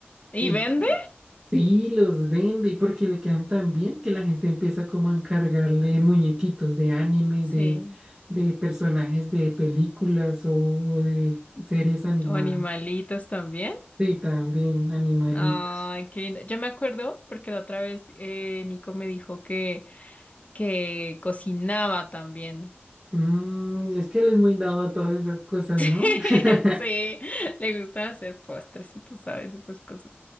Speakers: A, on the left; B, on the right.
A: ¿Y
B: Y
A: vende?
B: sí, los vende porque le quedan tan bien que la gente empieza como a encargarle muñequitos de anime,
A: Sí.
B: de, de personajes de películas o de series animadas.
A: O animalitos también.
B: Sí, también animalitos.
A: Ay, qué lindo. Yo me acuerdo porque la otra vez eh, Nico me dijo que, que cocinaba también.
B: Mm, es que él es muy dado a todas esas cosas,
A: <laughs>
B: ¿no? <laughs>
A: Sí, le gusta hacer postres y tú sabes esas cosas.